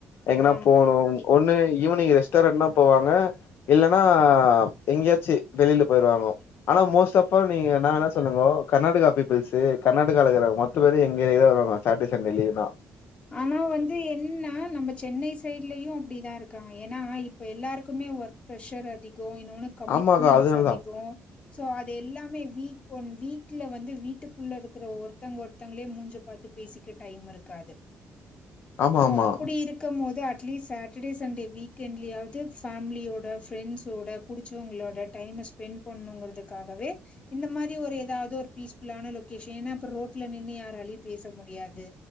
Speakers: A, on the left (about 65°); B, on the left (about 30°).
A: எங்கனா
B: ஆ
A: போணு ஒன்னு ஈவினிங்கு ரெஸ்ட்டாரண்ட்னா போவாங்க இல்லனா எங்யாச்சி வெளில போய்ருவாங்க ஆனா மோஸ்ட் ஆஃப் ஃபால் நீங்க என்ன வேணா சொல்லுங்கோ கர்நாடகா பீப்பிள்ஸு கர்நாடகாலிக்கற மொத்த பேரு எங்க ஏரியாக் தா வருவாங்கோ சாட்டே சண்டே லீவுன்னா
B: ஆனா வந்து என்னா நம்ம சென்னை சைட்லயு அப்டிதா இருக்காங்க ஏனா இப்ப எல்லாருக்குமே ஒர்க் ப்ரெஷர் அதிகோ இன்னோன்னு கமிட்மெண்ட்ஸ்
A: ஆமாக்கா. அதனால
B: அதிகோ
A: தான்.
B: சோ அது எல்லாமே வீக் ஒன் வீக்ல வந்து வீட்டுக்குள்ள இருக்கற ஒ ஒருத்தங்க ஒருத்தங்களே மூஞ்ச பாத்து பேசிக்க டைம் இருக்காது
A: ஆமா,
B: சோ
A: ஆமா.
B: அப்பிடி இருக் கம்மோது அட்லீஸ்ட் சாட்டடே சண்டே வீக் எண்ட்லயாவ்து ஃபேமிலியோட ஃப்ரெண்ட்ஸோட புடிச்சவ்ங்களோட டைம ஸ்பெண்ட் பண்ணுங்கறதுக்காகவே இந்த மாரி ஒரு எதாவ்து ஒரு பீஸ் ஃபுல்லான லொக்கேஷன் ஏனா அப்ப ரோட்ல நின்னு யாராலியு பேச முடியாது